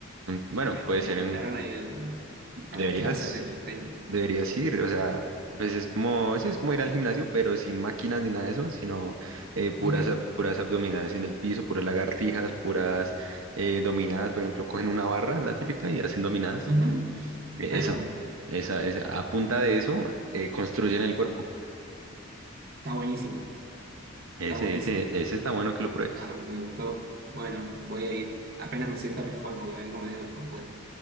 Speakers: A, on the right; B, on the right.
A: Bueno,
B: O sea, me,
A: puede
B: me
A: ser
B: invitaron
A: en,
B: ahí al-
A: deberías,
B: a las clases de calistenia.
A: deberías ir, o sea, pues es como, sí, es como ir al gimnasio, pero sin máquinas ni nada de eso, sino eh, puras,
B: Ok.
A: ab- puras abdominales en el piso, puras lagartijas, puras eh, dominadas, por ejemplo, cogen una barra, la típica, y hacen dominadas.
B: ujú,
A: Eso,
B: Ahí va.
A: esa, esa, a punta de eso eh, construyen el cuerpo.
B: Está buenísimo.
A: Ese,
B: Está buenísimo.
A: ese, ese está bueno que lo pruebes.
B: Ah, me gustó. Bueno, voy a ir. Apenas me sienta mejor porque vengo medio descompuesto.